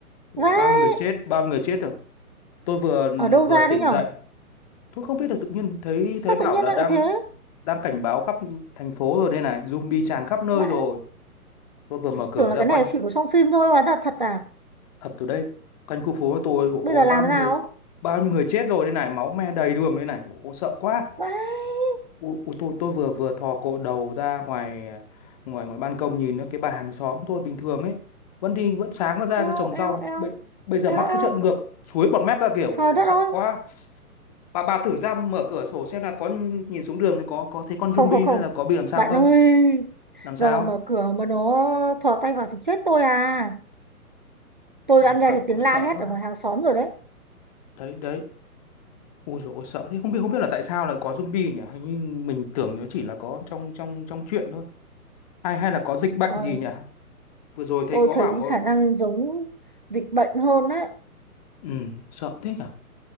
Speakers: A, on the left (about 25°); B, on the right (about 35°).
A: Ủa
B: vãi
A: bao nhiêu người chết, bao nhiêu người chết rồi. Tôi vừa
B: ở đâu ra
A: vừa tỉnh
B: đấy nhở
A: dậy, tôi không biết là tự nhiên thấy thấy
B: sao
A: bảo
B: tự nhiên
A: là
B: nó
A: đang
B: lại thế
A: đang cảnh báo khắp thành phố rồi đây này, zombie tràn khắp nơi
B: vãi
A: rồi. Tôi vừa mở cửa
B: tưởng là
A: ra
B: cái này
A: quanh
B: chỉ có trong phim thôi hóa ra thật à
A: thật từ đấy quanh khu phố của tôi
B: bây
A: ôi,
B: giờ làm
A: bao
B: thế
A: nhiêu
B: nào
A: người bao nhiêu người chết rồi đây này máu me đầy đường đây này ôi, sợ quá
B: vãi
A: ôi, ôi, tôi tôi vừa vừa thò cổ đầu ra ngoài ngoài ngoài ban công nhìn nữa cái bà hàng xóm tôi bình thường ấy vẫn đi vẫn sáng nó ra cho
B: eo
A: trồng rau
B: eo eo
A: bây, bây giờ mắt
B: eo
A: cứ
B: eo
A: trợn ngược suối bọt mép ra kiểu
B: trời
A: ôi,
B: đất
A: sợ
B: ơi
A: quá bà bà thử ra mở cửa sổ xem là có nhìn xuống đường thì có có thấy con
B: không
A: zombie
B: không không
A: hay là có bị làm sao
B: bạn
A: không
B: ơi
A: làm sao
B: giờ mà mở cửa mà nó thò tay vào thì chết tôi à tôi
A: ôi,
B: đã nghe
A: sợ
B: thấy tiếng
A: quá
B: la
A: sợ
B: hét
A: quá
B: ở ngoài hàng xóm rồi đấy
A: đấy đấy Ui dồi ôi sợ thế không biết không biết là tại sao lại có zombie nhỉ? Hình như mình tưởng nó chỉ là có trong trong trong truyện thôi. Hay hay là có dịch bệnh
B: rồi
A: gì nhỉ? Vừa rồi thấy
B: tôi
A: có
B: thấy
A: bảo có
B: khả năng giống dịch bệnh hơn đấy
A: ừ, sợ thế nhỉ?